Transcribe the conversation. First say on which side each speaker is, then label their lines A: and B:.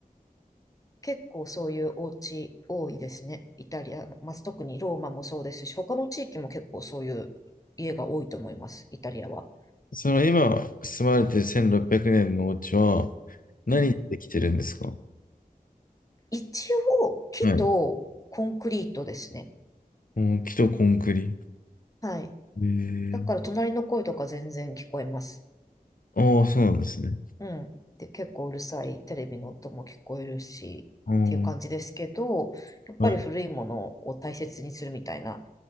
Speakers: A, on the left; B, on the left.
A: 結構そういうお家多いですね。イタリアの、まあ、特にローマもそうですし、他の地域も結構そういう家が多いと思います、イタリアは。
B: その今住まれてる1600年のお家は何でできてるんですか
A: うん。一応、木とコンクリートですね。
B: はい。うん木とコンクリ
A: はい。
B: ええ
A: だから隣の声とか全然聞こえます。
B: ああ、そうなんですね。
A: うん。で、結構うるさいテレビの音も聞こえるし、
B: ああ、
A: っていう感じですけど、やっぱり古いものを大切にするみたいな
B: はい、